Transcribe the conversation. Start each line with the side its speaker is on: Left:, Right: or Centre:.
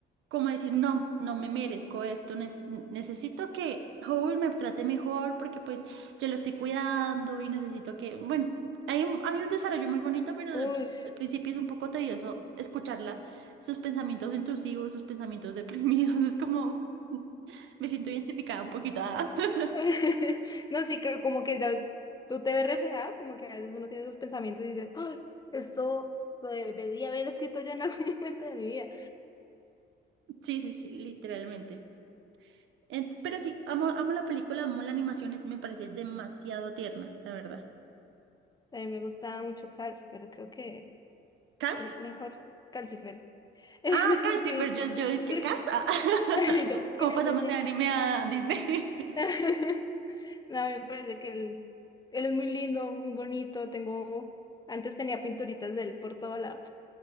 Right: como a decir, no, no me merezco esto, nes- necesito que Howard me trate mejor porque pues yo lo estoy cuidando y necesito que, bueno, hay un, hay un desarrollo muy bonito, pero al
Left: Uy.
Right: al principio es un poco tedioso escucharla, sus pensamientos intrusivos, sus pensamientos deprimidos, <laughs> es como, me siento identificada un poquito. ah.
Left: <laughs>
Right: <laughs>
Left: No, sí que como que la- tú te ves reflejado, como que a veces uno tiene esos pensamientos y dice, "Ay, esto lo deb- debía haber escrito yo en algún <laughs> momento de mi vida.
Right: Sí, sí, sí, literalmente. Ent- pero sí, amo, amo la película, amo la animación, es- me parece demasiado tierna, la verdad.
Left: A mí me gustaba mucho Calcifer, creo que
Right: ¿Cars?
Left: el mejor Calcifer. <laughs>
Right: Ah, Cars,
Left: Sí,
Right: sí, pero yo, yo dije que
Left: sí.
Right: Cars. Ah. <laughs>
Left: <laughs> Yo, ¿quién
Right: ¿Cómo
Left: es
Right: pasamos
Left: ese?
Right: de anime a Disney? <laughs>
Left: <laughs> No, me parece que él, él es muy lindo, muy bonito. Tengo, antes tenía pinturitas de él por todo lado.